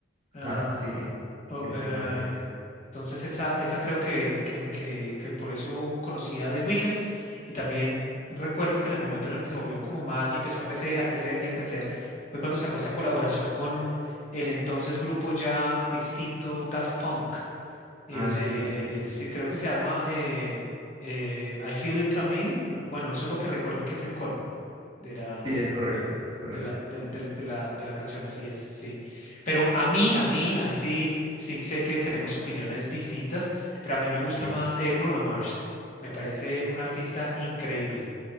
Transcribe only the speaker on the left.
Ah,
ah,
oh,
eh,
Entonces esa, esa creo que, que, que, que por eso conocía The Weeknd y también recuerdo que en el momento en el que se volvió como más y empezó a crecer, a crecer y a crecer, fue cuando sacó esa colaboración con el entonces grupo ya extinto Daft Punk, el
de,
se- creo que se llama eh, eh, I Feel It Coming, bueno, eso es lo que recuerdo que es el coro de la,
del-
de la, del- del- de la, de la canción, así es, sí. Pero a mí, a mí, ahí sí, sí sé que tenemos opiniones distintas, pero a mí me gusta
más eh, Bruno Mars. Me parece un artista increíble.